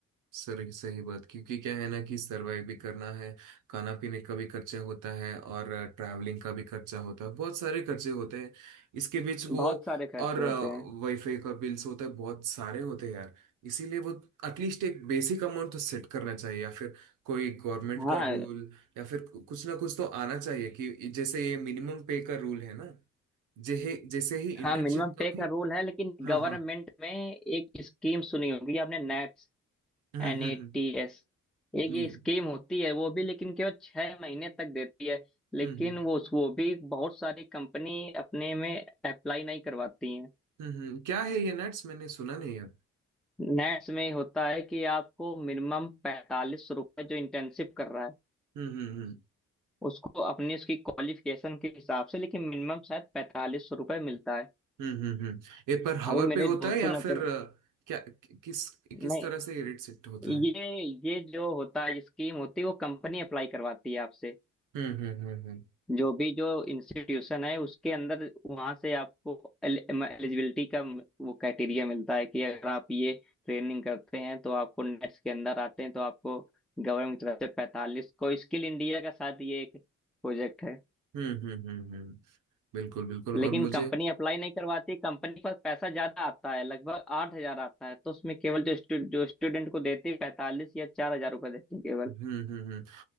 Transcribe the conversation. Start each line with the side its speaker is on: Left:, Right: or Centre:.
Right: सर सही बात क्योंकि क्या है ना कि सरवाइव भी करना है खाना पीने का भी खर्चा होता है और ट्रैवलिंग का भी खर्चा होता है बहुत सारे खर्चे होते हैं इसके बीच वो
Centre: बहुत सारे खर्चे
Right: और
Centre: होते हैं
Right: वाईफाई का बिल्स होता है बहुत सारे होते हैं यार इसीलिए वो एटलीस्ट एक बेसिक अमाउंट तो सेट करना चाहिए या फिर कोई गवर्नमेंट
Centre: हाँ
Right: का रूल या फिर कुछ ना कुछ तो आना चाहिए कि जैसे ये मिनिमम पे का रूल है ना जैसे जैसे ही इंटर्नशिप
Centre: हाँ मिनिमम
Right: का
Centre: पे
Right: भी
Centre: का रूल है लेकिन
Right: हाँ
Centre: गवर्नमेंट
Right: हाँ
Centre: में एक स्कीम सुनी होगी आपने NAPS
Right: हम्म
Centre: N
Right: हम्म
Centre: A
Right: हम्म
Centre: T S एक
Right: नहीं
Centre: ये स्कीम होती है वो भी लेकिन केवल छह महीने तक देती है लेकिन
Right: हम्म हम्म
Centre: वो वो भी बहुत सारी कंपनी अपने में अप्लाई नहीं करवाती हैं
Right: हम्म हम्म, क्या है ये नट्स मैंने सुना नहीं है
Centre: नेट्स में होता है कि आपको मिनिमम पैंतालीस रुपए जो इंटर्नशिप कर रहा है
Right: हम्म हम्म हम्म
Centre: उसको अपनी उसकी क्वालिफिकेशन के हिसाब से लेकिन मिनिमम शायद पैंतालीस रुपए मिलता है
Right: हम्म हम्म हम्म। ये पर हवर
Centre: अभी मेरे
Right: पे होता
Centre: दोस्तों
Right: है या
Centre: ने
Right: फिर
Centre: कह
Right: अ, क्या कि- किस
Centre: नहीं
Right: किस तरह से इरिटेट होता है
Centre: ये ये जो होता है स्कीम होती है वो कंपनी अप्लाई करवाती है आपसे
Right: हम्म हम्म हम्म हम्म
Centre: जो भी जो इंस्टीट्यूशन है उसके अंदर वहां से आपको एलिजिबिलिटी का वो क्राइटेरिया मिलता है कि अगर आप ये ट्रेनिंग करते हैं तो आपको नेट्स के अंदर आते हैं तो आपको गवर्नमेंट की तरफ से पैंतालीस को स्किल इंडिया का साथ ये एक प्रोजेक्ट है
Right: हम्म हम्म हम्म हम्म। बिल्कुल बिल्कुल
Centre: लेकिन
Right: और मुझे
Centre: कंपनी अप्लाई नहीं करवाती कंपनी पर पैसा ज्यादा आता है लगभग आठ हजार आता है तो उसमें केवल जो स्टूड, जो स्टूडेंट को देती है पैंतालीस या चार हजार रुपये देती है केवल
Right: हम्म हम्म हम्म